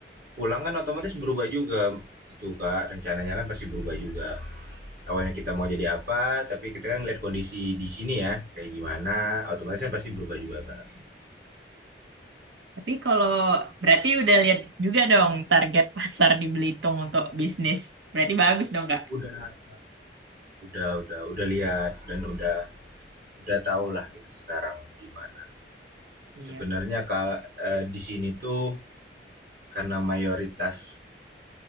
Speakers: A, on the right (about 50°); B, on the right (about 85°).
A: pulang kan otomatis berubah juga itu kak rencananya kan pasti berubah juga awalnya kita mau jadi apa tapi kita kan ngeliat kondisi di sini ya kayak gimana otomatis kan pasti berubah juga kak
B: Tapi kalau berarti udah lihat juga dong target pasar di Belitung untuk bisnis. Berarti bagus dong, Kak?
A: udah udah udah udah lihat dan udah udah tau lah gitu sekarang gimana
B: Iya.
A: sebenarnya kak eh, di sini tuh karena mayoritas